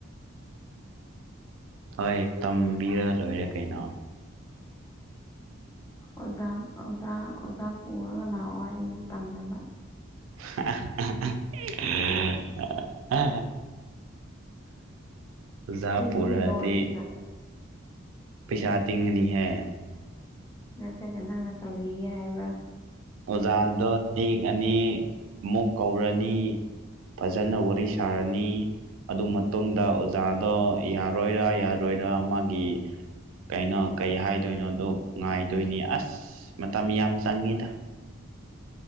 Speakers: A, on the right; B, on the left.
A: ꯍꯣꯏ ꯇꯝꯕꯤꯔꯒ ꯂꯣꯏꯔꯦ ꯀꯩꯅꯣ
B: ꯑꯣꯖꯥ ꯑꯣꯖꯥ ꯑꯣꯖꯥ ꯄꯨꯔꯒ ꯂꯥꯛꯑꯣ ꯑꯩꯕꯨ ꯇꯝꯅꯕ
A: <unintelligible> ꯑꯣꯖꯥ
B: ꯑꯩꯁꯨꯅꯦ
A: ꯄꯨꯔꯗꯤ
B: ꯅꯣꯛꯔꯤꯁꯤꯅ
A: ꯄꯁꯥ ꯇꯒꯅꯤ ꯍꯥꯏ
B: ꯅꯠꯇ꯭ꯔꯒ ꯅꯪꯅ ꯇꯧꯤꯒꯦ ꯍꯥꯏꯕ꯭ꯔꯥ
A: ꯑꯣꯖꯥꯗꯣ ꯗꯦꯛꯑꯅꯤ ꯑꯃꯨꯛ ꯀꯧꯔꯅꯤ ꯐꯖꯅ ꯋꯥꯔꯤ ꯁꯥꯔꯅꯤ ꯑꯗꯨ ꯃꯇꯨꯡꯗ ꯑꯣꯖꯥꯗꯣ ꯌꯥꯔꯣꯏꯔ ꯌꯥꯔꯣꯏꯔꯥ ꯃꯥꯒꯤ ꯀꯩꯅꯣ ꯀꯩ ꯍꯥꯏꯗꯣꯏꯅꯣꯗꯣ ꯉꯥꯏꯗꯣꯏꯅꯤ ꯑꯁ ꯃꯇꯝ ꯌꯥꯝ ꯆꯪꯉꯤꯗ